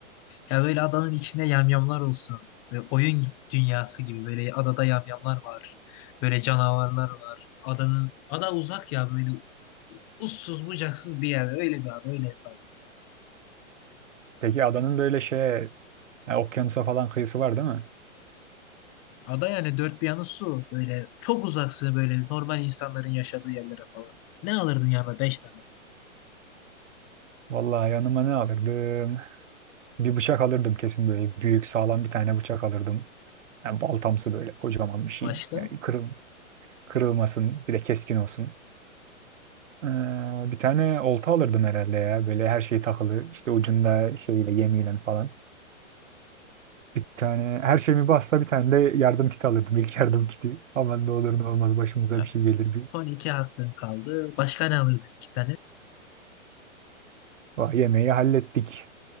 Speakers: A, on the left; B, on the right.
A: Ya böyle adanın içinde yamyamlar olsun. Böyle oyun dünyası gibi böyle adada yamyamlar var. Böyle canavarlar var. Adanın ada uzak ya böyle uçsuz bucaksız bir yer. Öyle bir ada öyle hesap. et.
B: Peki adanın böyle şeye, ha, okyanusa falan kıyısı var değil mi?
A: Ada yani dört bir yanı su. Böyle çok uzaksın böyle normal insanların yaşadığı yerlere falan. Ne alırdın yanına beş tane?
B: Vallahi yanıma ne alırdım? Bir bıçak alırdım kesin böyle büyük sağlam bir tane bıçak alırdım. Yani baltamsı böyle kocaman bir şey.
A: Başka?
B: Yani kırıl, kırılmasın bir de keskin olsun. Ee, bir tane olta alırdım herhalde ya. Böyle her şey takılı. İşte ucunda şeyle yemiyle falan. Bir tane her şeyimi bassa bir tane de yardım kiti alırdım. <laughs> İlk yardım kiti. Aman ne olur ne olmaz başımıza
A: Ya,
B: bir şey gelir bir.
A: son iki hakkın kaldı. Başka ne alırdın iki tane?
B: Vah, yemeği hallettik.